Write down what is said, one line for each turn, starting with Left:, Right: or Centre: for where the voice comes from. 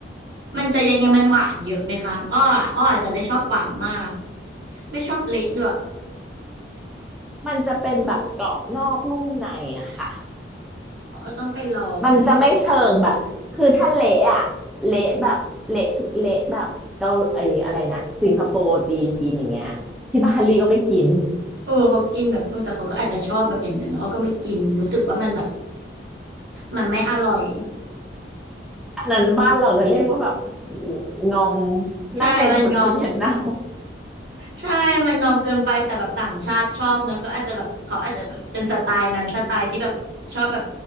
Right: มันจะยังไงมันหวานเยอะไหมคะอ้ออ้ออาจจะไม่ชอบหวานมากไม่ชอบเละด้วย
Centre: มันจะเป็นแบบกรอบนอกนุ่มในอะค่ะ
Right: อ้อต้องไปลองแหละ
Centre: มันจะไม่เชิงแบบคือถ้าเละอะเละแบบเละทุกเละแบบเกาไอ้อะไรนะสิงคโปร์จีนกินอย่างเงี้ยที่บาหลีก็ไม่กิน
Right: เออเขากินแบบเออแต่เขาก็อาจจะชอบแบบอย่างนั้นเนอะอ้อก็ไม่กินรู้สึกว่ามันแบบมันไม่อร่อย
Centre: อันนั้นบ้านเราจะเรียกว่าแบบงอมเน่าโหดทุเรียนเน่า
Right: ใช่มันงอมใช่มันงอมเกินไปแต่แบบต่างชาติชอบเนอะก็อาจจะแบบเขาอาจจะแบบเป็นสไตล์นั้นสไตล์ที่แบบชอบแบบ